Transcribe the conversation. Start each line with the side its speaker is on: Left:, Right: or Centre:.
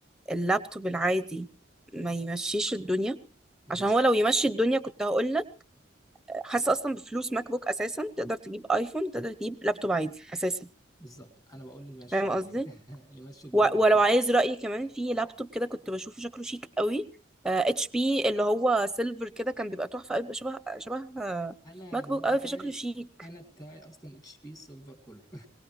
Centre: اللابتوب العادي ما يمشيش الدنيا
Left: يبقى
Centre: عشان هو لو يمشي الدنيا كنت هقول لك حاسه اصلا بفلوس ماك بوك اساسا تقدر تجيب ايفون تقدر تجيب لابتوب عادي اساسا
Left: بالظبط انا بقول لي مشي
Centre: فاهم
Left: الدنيا
Centre: قصدي
Left: <laughs> يمشي الدنيا
Centre: و-
Left: بكتير
Centre: ولو عايز رأيي كمان في لابتوب كده كنت بشوفه شكله شيك قوي اتش بي اللي هو سيلفر كده كان بيبقى تحفة قوي بيبقى شبه شبه آه،
Left: انا
Centre: ماك
Left: اللاب
Centre: بوك قوي
Left: بتاعي
Centre: فشكله شيك
Left: انا بتاعي اصلا اتش بي سيلفر كله